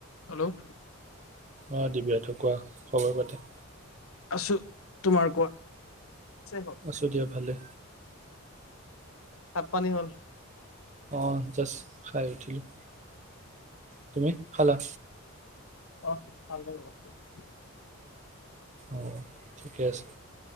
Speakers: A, on the left (about 75°); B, on the right (about 30°).
A: হেল্ল'
B: অঁ দিবি <unintelligible> কোৱা খবৰ পাতি
A: আছো, তোমাৰ কোৱা। ভাত
B: আছো দিয়া ভালে।
A: ভাত পানী হ'ল।
B: অঁ জাষ্ট খাই উঠিলোঁ, তুমি খালা।
A: অঁ, <unintelligible>
B: অঁ ঠিকে আছে,